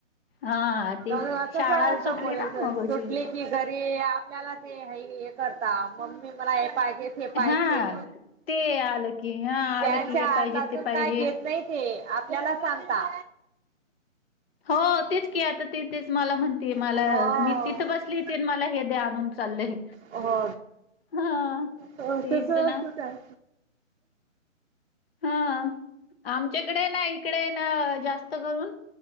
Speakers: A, on the left; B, on the right.
A: हा ती
B: मग तस
A: शाळा
B: असता
A: सुटली
B: बोलायचं
A: ना मगाशी
B: सुटली की घरी ये आपल्याला ते हे करता मम्मी मला हे पाहिजे हे पायजे
A: हा ते आलं की हा
B: त्यांच्या
A: आलं की हे
B: हातातून
A: पाहिजे ते पाहिजे
B: काय घेत नाहीत ते आपल्याला सांगता
A: हो तेच ती आता ती तेच मला म्हणतीये मला
B: हो
A: मी तिथं बसली ती अन मला हे दे आणून चाललंय
B: हो <unintelligible>
A: हा
B: अ
A: तेच
B: तस असत
A: ना
B: त्यां.
A: हा आमच्याकडे ना इकडे न जास्त करून.